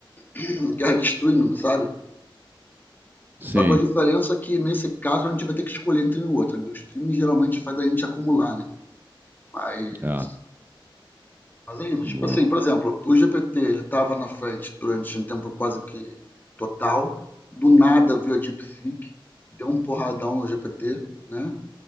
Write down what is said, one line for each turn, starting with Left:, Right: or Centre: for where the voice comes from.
Left: <clears throat> guerra de streaming, sabe?
Right: Sim,
Left: Só que a diferença é que nesse caso a gente vai ter que escolher entre um e outro. O streaming geralmente faz a gente acumular, né? Mas,
Right: é.
Left: mas é isso.
Right: Boa.
Left: Tipo assim, por exemplo, o GPT ele estava na frente durante um tempo quase que total. Do nada veio a DeepSeek, deu um porradão no GPT, né?